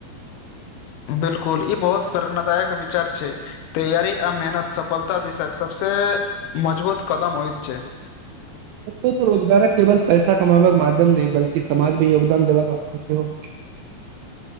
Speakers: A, on the left (about 85°); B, on the right (about 80°).
A: बिल्कुल ई बहुत प्रेरणादायक विचार छै। तैयारी आ मेहनत सफलता दिशाक सबसे मजबूत कदम होएत छै।
B: <unintelligible> रोजगारक केवल पैसा कमाबा के माध्यम नहि बल्कि समाज मे योगदान देबा क सेहो